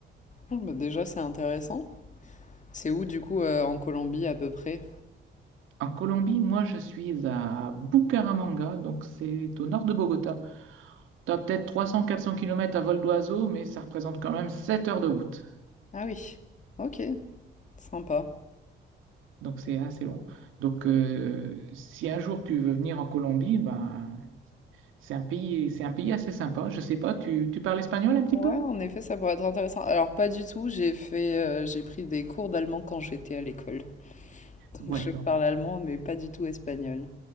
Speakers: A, on the left (about 40°); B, on the right (about 80°).
A: Bon, bah déjà c'est intéressant. C'est où du coup euh, en Colombie à peu près?
B: En Colombie, moi, je suis à Bucaramanga, donc c'est au nord de Bogota. Tu as peut-être 300-400 km à vol d'oiseau, mais ça représente quand même 7 heures de route.
A: Ah oui, ok, sympa.
B: Donc c'est assez long. Donc euh, si un jour tu veux venir en Colombie, ben, c'est un pays, c'est un pays assez sympa. Je sais pas, tu, tu parles espagnol un petit
A: Ouais,
B: peu?
A: en effet, ça pourrait être intéressant. Alors, pas du tout, j'ai fait, euh, j'ai pris des cours d'allemand quand j'étais à l'école. <laughs>
B: Ouais,
A: Donc, je
B: donc
A: parle allemand, mais pas du tout espagnol.